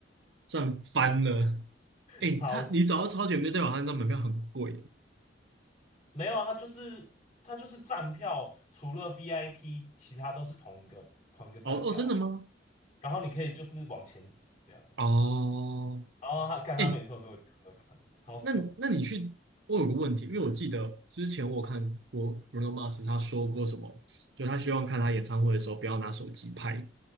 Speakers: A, on the right; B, on the left.
A: 赚翻了。哎、
B: 超级。
A: 他你找到超前面，
B: 棒。
A: 代表他那张门票很贵。
B: 没有啊，他就是他就是站票，除了 VIP，其他都是同一个同一个站票啊，
A: 哦哦，真的吗？
B: 然后你可以就是往前挤这样，
A: 哦，
B: 然后他干他每首都给我合成，
A: 哎、
B: 超爽。
A: 那你那你去，我有个问题，因为我记得之前我有看过 Bruno Mars 他说过什么，就他希望看他演唱会的时候不要拿手机拍，